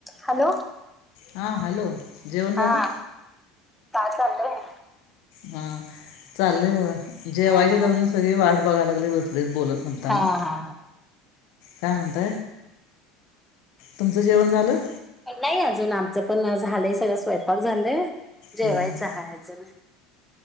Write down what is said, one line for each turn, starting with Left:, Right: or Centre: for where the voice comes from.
Centre: हॅलो!
Left: हां हॅलो जेवण झालं.
Centre: हा काय चालयं.
Left: हा चालय बघा, जेवायचे
Centre: हा हा
Left: अजून सगळी वाट बघाय लागले बसलेत बोलत. म्हणताना,
Centre: हा हा
Left: काय म्हणत? तुमचं जेवण झालं?
Centre: नाही अजून आमचं पण झालंय सगळं स्वयंपाक झालंय. जेवायच
Left: हं,
Centre: हा अजून,